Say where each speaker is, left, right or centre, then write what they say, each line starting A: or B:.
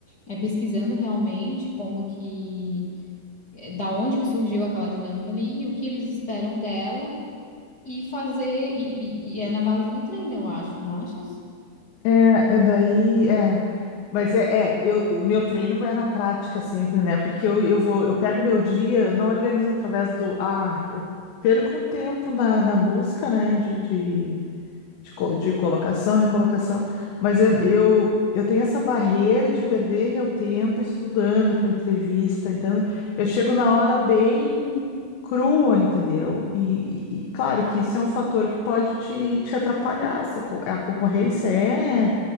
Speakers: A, on the left; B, on the left.
A: é pesquisando realmente como que, é, da onde que surgiu aquela dinâmica ali e o que eles esperam dela. E fazer, e, e e é na base do treino, eu acho, não achas?
B: É, eu daí, é. Mas é, é eu, o meu treino vai na prática sempre, né? Porque eu, eu vou, eu pego o meu dia, eu não organizo através do. Ah, eu perco um tempo na, na busca, né? De, de de, co- de colocação, recolocação, mas eu, eu, eu tenho essa barreira de perder meu tempo estudando para entrevista, então eu chego na hora bem crua, entendeu? E, e- e claro que isso é um fator que pode te, te atrapalhar, se a, co- a concorrência é